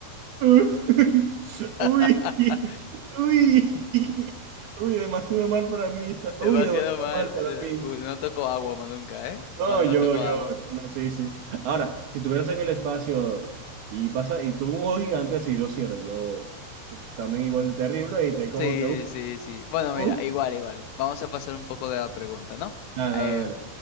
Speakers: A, on the right; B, on the left.
A: Uf, <laughs> uy,
B: <laughs>
A: uy, uy, demasiado mal para mí está,
B: Demasiado
A: uy, demasiado
B: mal.
A: mal para
B: eh,
A: mí.
B: uh, No toco agua más nunca, ¿eh?
A: No,
B: Ma- No
A: yo,
B: toco
A: yo,
B: agua.
A: no, no, sí, sí. Ahora, si tuvieras en el espacio y pasa, y tuve un ojo gigante así, lo cierro, yo, uf, también igual de terrible, y te como
B: Sí,
A: que, uf,
B: sí, sí. Bueno,
A: uf.
B: mira, igual, igual. Vamos a pasar un poco de la pregunta, ¿no?
A: Nada,
B: Eh,
A: nada, dale.